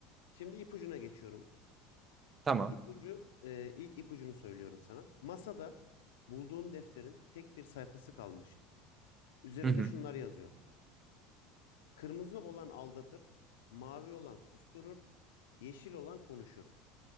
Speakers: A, on the left (about 65°); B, on the right (about 25°).
A: Şimdi ipucuna geçiyorum.
B: Tamam.
A: İpucu e, ilk ipucunu söylüyorum sana. Masada bulduğun defterin tek bir sayfası kalmış. Üzerinde
B: Hı hı.
A: şunlar yazıyor. Kırmızı olan aldatır, mavi olan susturur, yeşil olan konuşur.